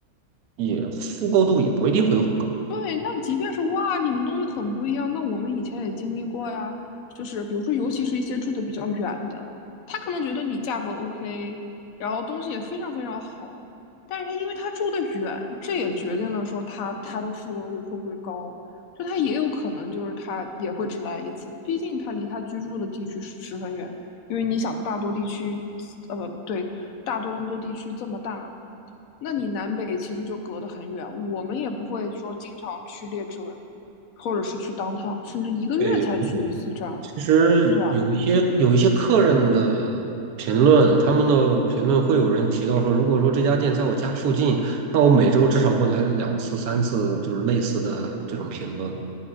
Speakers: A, on the right (about 80°); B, on the left (about 75°).
A: 也复购度也不一定会有很高。
B: 对，那即便是哇，你们东西很不一样，那我们以前也经历过呀。就是比如说，尤其是一些住的比较远的，他可能觉得你价格 OK，然后东西也非常非常好，但是他因为他住的远，这也决定了说他他的复购率会不会高。就他也有可能就是他也会只来一次，毕竟他离他居住的地区十十分远。因为你想，大多地区，呃，不对，大多伦多地区这么大，那你南北其实就隔得很远，我们也不会说经常去列治文，或者是去当 o 甚至一个月才去一次这样，
A: 对，其实有一些有一些客人的评论，
B: 对啊，
A: 他们的评论会有人提到说，如果说这家店在我家附近，那我每周至少会来两次、三次，就是类似的这种评论。